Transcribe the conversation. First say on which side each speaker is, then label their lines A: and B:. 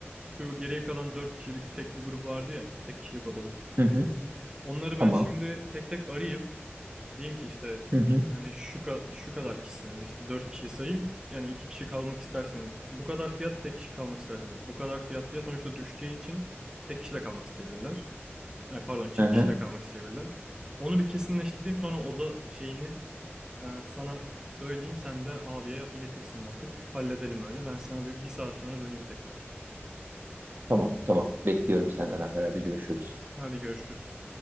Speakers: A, on the right (about 15°); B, on the right (about 50°).
A: Şu geriye kalan 4 kişilik tekli grup vardı ya, tek kişilik odalık.
B: Hı hı.
A: Onları
B: Tamam.
A: ben şimdi tek tek arayayım. Diyeyim ki işte
B: Hı hı.
A: hani şu ka- şu kadar kişisiniz işte 4 kişi sayayım. Yani 2 kişi kalmak isterseniz bu kadar fiyat, tek kişi kalmak isterseniz bu kadar fiyat diye sonuçta düşeceği için tek kişi de kalmak isteyebilirler ay pardon çift
B: Hı hı.
A: kişide kalmak isteyebilirler. Onu bir kesinleştireyim sonra oda şeyini e, sana söyleyeyim. Sen de abiye iletirsin artık. Halledelim öyle. Ben sana bir, bir saat sonra döneyim tekrar.
B: Tamam, tamam. Bekliyorum senden haber. Hadi görüşürüz.
A: Hadi görüşürüz.